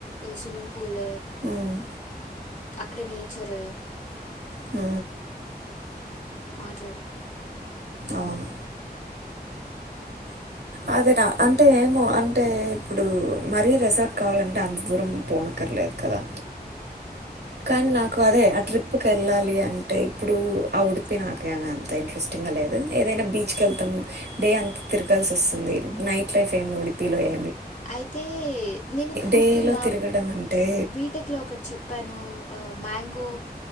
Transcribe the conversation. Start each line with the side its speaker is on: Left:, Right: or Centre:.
Left: స్విమ్మింగ్ పూల్
Right: మ్మ్.
Left: అక్కడ నేచరు
Right: హ
Left: మాట్లాడు
Right: అవును అదేనా అంటే ఏమో అంటే ఇప్పుడు మరీ రెసార్ట్ కావాలంటే అంత దూరం పోన పర్లేదు కదా కానీ నాకు అదే ఆ ట్రిప్కి వెళ్ళాలి అంటే ఇప్పుడు ఆ ఉడిపి నాకేమ అంత ఇంట్రెస్టింగ్ లేదు ఏదైనా బీచ్కి వెళ్తాము డే అంత తిరగాల్సి వస్తుంది నైట్ లైఫ్ ఏ ఉడిపిలోయ
Left: అయితే నేను నీకు గుర్తుందా
Right: డేలో తిరగడం అంటే
Left: బీటెక్ లో ఒకటి చెప్పాను ఆ మ్యాంగో